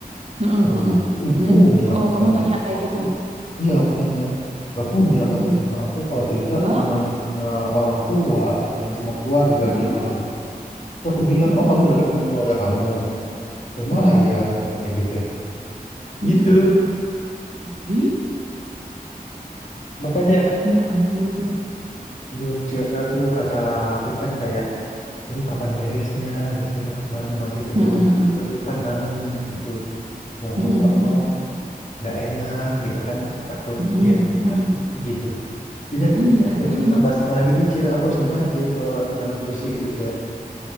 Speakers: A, on the right; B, on the left.
A: Heeh,
B: Eh,
A: heeh.
B: nggak nggak
A: mm
B: punya
A: Oh,
B: katanya
A: kamu tanya kayak
B: aku
A: gitu.
B: iya aku tanya nggak punya
A: Heeh.
B: katanya aku kalau cerita
A: Lah,
B: cuman sama orang tua aku bilang sama keluarga
A: Loh,
B: dia bilang terus aku bilang
A: heeh,
B: oh kamu dekat sama keluarga kamu lumayan
A: heeh,
B: katanya gitu
A: mhm.
B: gitu
A: Di?
B: makanya
A: Ya ampun.
B: aduh cek aduh kata aku kan kayak ini kapan beresnya gitu di mana masih sesuka,
A: Heeh heeh.
B: kan nangis gitu mau
A: Mhm
B: aku potong
A: mhm.
B: nggak enak gitu kan takut
A: Mhm
B: dia sakit
A: mhm.
B: hati gitu jadi aku
A: Iya,
B: kayak
A: harusnya
B: serba serba
A: mah
B: salah gitu cie aku harus gimana cie kalau dalam posisi itu cie